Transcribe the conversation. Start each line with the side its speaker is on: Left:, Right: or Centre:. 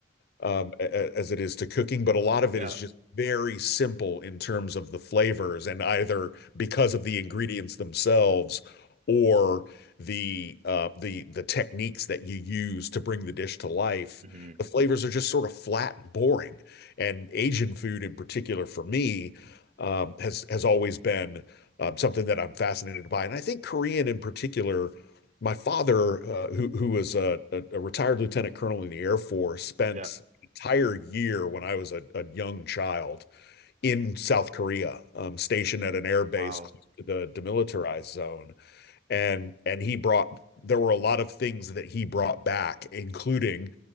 Left: um, as it is to cooking, but a lot of
Right: yeah.
Left: it is just very simple in terms of the flavors, and either because of the ingredients themselves or the uh, the the techniques that you use to bring the dish to life,
Right: hmm
Left: the flavors are just sort of flat and boring. And Asian food, in particular, for me, um, has has always been um, something that I'm fascinated by, and I think Korean in particular my father, uh, who who was a, a, a retired lieutenant colonel in the Air Force, spent
Right: Yeah.
Left: entire year when I was a, a young child in South Korea, um, stationed at an air base
Right: Wow.
Left: close to the demilitarized zone and and he brought there were a lot of things that he brought back including